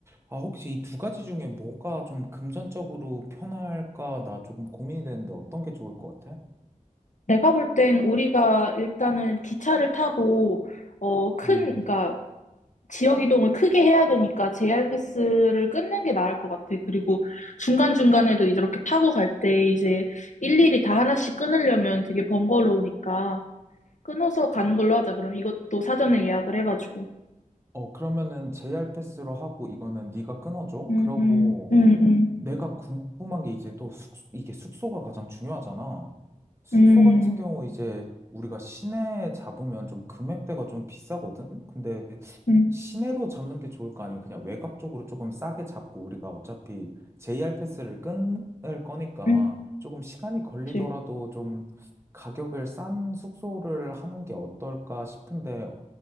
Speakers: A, on the right (about 20°); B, on the left (about 65°).
A: 아, 혹시 이 두 가지 중에 뭐가 좀 금전적으로 편할까? 나 조금 고민이 되는데 어떤 게 좋을 것 같아?
B: 내가 볼 땐 우리가 일단은 기차를 타고, 어, 큰,
A: 음,
B: 그러니까 지역 이동을 크게 해야 되니까 JR 패스를 끊는 게 나을 것 같아. 그리고 중간중간에도 이렇게 타고 갈 때 이제 일일이 다 하나씩 끊으려면 되게 번거로우니까. 끊어서 가는 걸로 하자. 그럼 이것도 사전에 예약을 해가지고.
A: 어, 그러면은 JR 패스로 하고 이거는 네가 끊어줘.
B: 음,
A: 그러고
B: 음, 음, 음,
A: 내가 궁금한 게 이제 또 숙, 이게 숙소가 가장 중요하잖아. 숙소
B: 음,
A: 같은 경우 이제 우리가 시내에 잡으면 좀 금액대가 좀 비싸거든? 근데
B: 음, 음,
A: 시내로 잡는 게 좋을까? 아니면 그냥 외곽 쪽으로 조금 싸게 잡고 우리가 어차피 JR 패스를 끊을 거니까
B: 음,
A: 조금 시간이 걸리더라도
B: 그치.
A: 좀 가격을 싼 숙소를 하는 게 어떨까 싶은데 어,